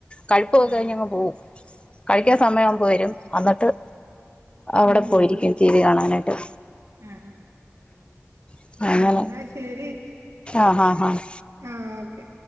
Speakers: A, on the left; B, on the right.
A: കഴിപ്പൊക്കെ
B: ആഹ്
A: കഴിഞ്ഞങ്ങ് പോകും കഴിക്കാ
B: ആഹ്
A: സമയിവുമ്പോ വരും എന്നിട്ട് അവിടെ
B: അങ്ങ്
A: പോയിരിക്കും
B: പോകും
A: ടി വി കാണാനായിട്ട്
B: ആഹ്
A: ഉം അങ്ങനെ
B: എന്നാ ശെരി
A: ആഹ് ആഹ് ആഹ്
B: ആഹ് ഓക്കെ